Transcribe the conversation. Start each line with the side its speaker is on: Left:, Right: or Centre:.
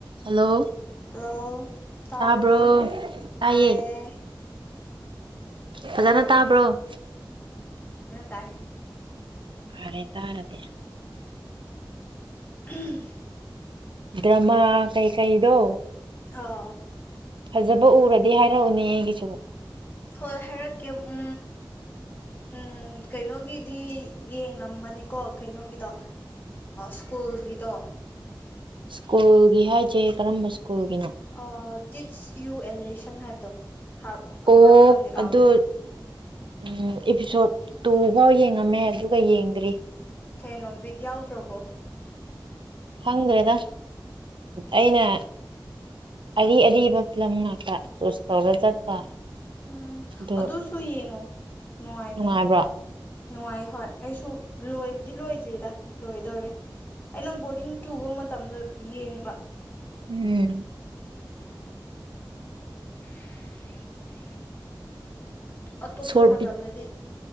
Right: hello
Left: hello ꯇꯔꯕ꯭ꯔꯣ
Right: ꯇꯥꯕ꯭ꯔꯣ ꯇꯥꯏꯌꯦ
Left: ꯇꯥꯏ
Right: ꯐꯖꯅ ꯇꯥꯕ꯭ꯔꯣ
Left: ꯇꯥꯏ
Right: ꯑꯔꯦ ꯇꯔꯗꯤ
Left: ꯎꯝ
Right: ꯗ꯭ꯔꯃ ꯀꯩ ꯀꯩꯗꯣ
Left: ꯑꯥ
Right: ꯐꯖꯕ ꯎꯔꯗꯤ ꯍꯥꯏꯔꯛꯎꯅꯦ ꯑꯩꯒꯤꯁꯨꯕꯨ
Left: ꯍꯣꯏ ꯍꯥꯏꯔꯛꯀꯦ ꯎ ꯎꯝ ꯀꯩꯅꯣꯒꯤꯗꯤ ꯌꯦꯡꯝꯃꯅꯤꯀꯣ ꯀꯩꯅꯣꯒꯤꯗꯣ ꯁ꯭ꯀꯨꯜꯒꯤꯗꯣ
Right: ꯁ꯭ꯀꯨꯜꯒꯤ ꯍꯥꯏꯁꯦ ꯀꯔꯝꯕ ꯁ꯭ꯀꯨꯜꯒꯤꯅꯣ
Left: ꯑ ꯇ ꯇꯌꯨ ꯑꯦꯟꯂꯦꯁꯟ ꯍꯥꯏꯕꯗꯣ ꯑꯗꯨꯔꯥ
Right: ꯑꯣ
Left: ꯈꯪꯗꯦ
Right: ꯑꯗꯨ
Left: ꯀꯥꯎꯈ꯭ꯔꯦ
Right: ꯎꯝ ꯑꯦꯄꯤꯁꯣꯠ ꯇꯨꯐꯥꯎ ꯌꯦꯡꯉꯝꯃꯦ ꯑꯗꯨꯒ ꯌꯦꯡꯗ꯭ꯔꯤ
Left: ꯀꯩꯅꯣ ꯕꯤꯠ ꯌꯥꯎꯗ꯭ꯔꯕꯣ
Right: ꯈꯪꯗ꯭ꯔꯦꯗ ꯑꯩꯅ ꯑꯔꯤ ꯑꯔꯤꯕ ꯐꯤꯂꯝ ꯉꯥꯛꯇ ꯆꯨꯁ ꯇꯧꯔ ꯆꯠꯄ
Left: ꯎꯝ
Right: ꯑꯗꯨ
Left: ꯑꯗꯨꯁꯨ ꯌꯦꯡꯉꯨ ꯅꯨꯡꯉꯥꯏꯕꯅꯦ
Right: ꯅꯨꯡꯉꯥꯏꯕ꯭ꯔꯣ
Left: ꯅꯨꯡꯉꯥꯏ ꯍꯣꯏ ꯑꯩꯁꯨ ꯂꯣꯏꯕꯨꯗꯤ ꯂꯣꯏꯗ꯭ꯔꯤꯗ ꯂꯣꯏꯗꯣꯔꯦ ꯑꯩꯅ ꯕꯣꯔꯤꯡ ꯆꯨꯕ ꯃꯇꯝꯗ ꯌꯦꯡꯕ
Right: ꯎꯝ
Left: <inaudible> ꯑꯇꯣꯞꯄ
Right: ꯁꯣꯔꯠ
Left: ꯃꯇꯝꯗꯗꯤ
Right: ꯕꯤ